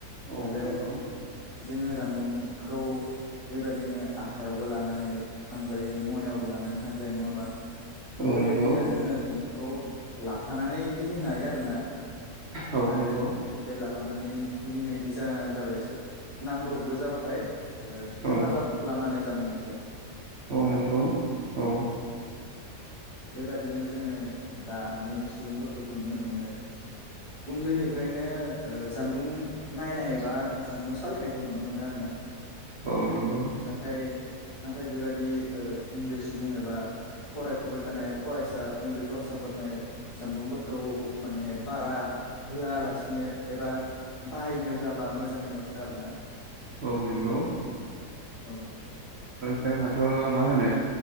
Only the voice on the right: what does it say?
औ
नंगौ
औ नंगौ
औ
नंगौ
औ
औ नंगौ औ ।
औ नंगौ
औ नंगौ
जोंहाथ' मा होनो